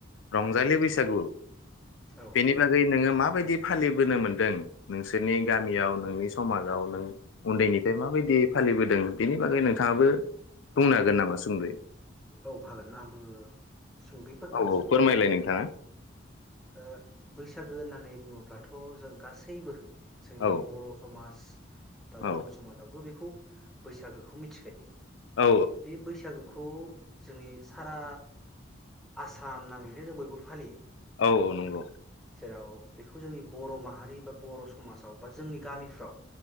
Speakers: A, on the left; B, in the centre.
A: रंजालि बैसागु
B: औ
A: बेनि बागै नोङो माबायदि फालिबोनो मोन्दों नोंसोरनि गामियाव नोंनि समाजाव नों उन्दैनिफ्राय माबायदि फालिबोदों बेनि बागै नोंथाङाबो बुंनो हागोन नामा सुंद'यै?
B: औ हागोन आंबो सुंद'यै फोरमायनोसै
A: औ औ फोरमायलाय
B: नोंथांनो
A: नोंथाङा
B: ओ बैसागु होननानै बुङोब्ला थ' जों गासैबो जोंनि
A: औ
B: बर' समाज दा
A: औ
B: गुबुन समाजावबो बेखौ बैसागुखौ मिथिखायो
A: औ
B: बे बैसागुखौ खौ जोंनि सारा आसाम नाङैनो जों बयबो फालियो।
A: औ औ नंगौ।
B: जेराव बेखौ जोंनि बर' माहारि बा बर' समाजाव बा जोंनि गामिफ्राव